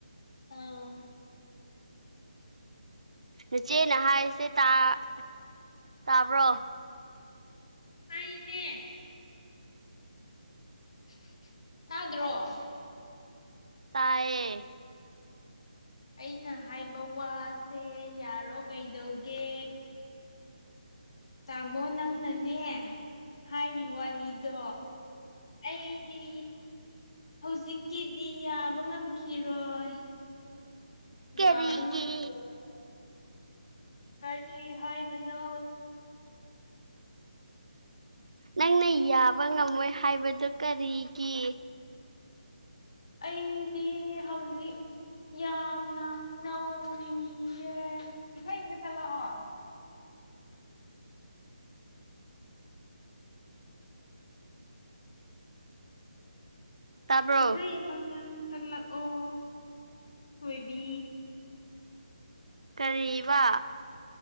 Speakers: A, on the left; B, on the right.
A: ꯑꯧ <unintelligible>
B: ꯅꯆꯦꯅ ꯍꯥꯏꯔꯤꯁꯦꯇꯥꯔ ꯇꯥꯕ꯭ꯔꯣ
A: ꯇꯥꯏꯌꯦꯃꯦ <unintelligible> ꯇꯥꯗ꯭ꯔꯣ
B: ꯇꯥꯌꯦ
A: ꯑꯩꯅ ꯍꯥꯏꯕ ꯋꯥꯁꯦ ꯌꯥꯔꯣ ꯀꯩꯗꯧꯒꯦ ꯇꯥꯃꯣ ꯅꯪꯅꯅꯦ ꯍꯥꯏꯔꯤ ꯋꯥꯔꯤꯗꯣ ꯑꯩꯗꯤ ꯍꯧꯖꯤꯛꯀꯤꯗꯤ ꯌꯥꯕ ꯉꯝꯈꯤꯔꯣꯏ
B: ꯀꯔꯤꯒꯤ
A: ꯌꯥꯕ ꯉꯝꯈꯤꯔꫭ ꯀꯔꯤ ꯍꯥꯏꯕꯅꯣ
B: ꯅꯪꯅ ꯌꯥꯕ ꯉꯝꯃꯣꯏ ꯍꯥꯏꯕꯗꫭ ꯀꯔꯤꯒꯤ
A: ꯑꯩꯗꯤ ꯍꯧꯖꯤꯛ ꯌꯥꯝꯅ ꯅꯧꯔꯤꯌꯦ ꯏꯁꯩ ꯑꯝꯇ ꯆꯛꯂꯛꯑꯣ
B: ꯇꯥꯕ꯭ꯔꯣ
A: ꯏꯁꯩ ꯑꯃꯇꯪ ꯁꯛꯂꯛꯑꯣ ꯊꯣꯏꯕꯤ
B: ꯀꯔꯤꯕꯥ